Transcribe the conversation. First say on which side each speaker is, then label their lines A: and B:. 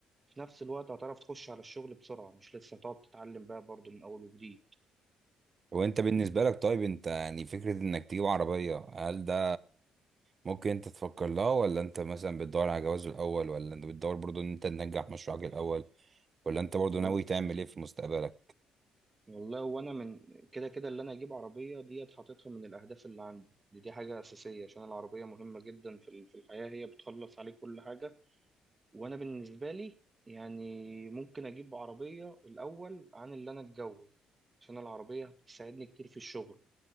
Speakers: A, on the right (about 25°); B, on the right (about 40°).
A: في نفس الوقت هتعرف تخش على الشغل بسرعة مش لسه هتقعد تتعلم بقى برضو من أول وجديد
B: وانت بالنسبة لك طيب انت يعني فكرة انك تجيب عربية هل ده ممكن انت تفكر لها ولا انت مثلا بتدور على جواز الاول ولا انت بتدور برضو ان انت تنجح مشروعك الاول ولا انت برضو
A: وال-
B: ناوي تعمل ايه في مستقبلك
A: والله وأنا من كده كده اللي أنا أجيب عربية ديت حاططها من الأهداف اللي عندي دي, دي حاجة أساسية عشان العربية مهمة جدا في ال- في الحياة هي بتخلص عليك كل حاجة وأنا بالنسبة لي يعني ممكن أجيب عربية الأول عن اللي أنا أتجوز عشان العربية هتساعدني كتير في الشغل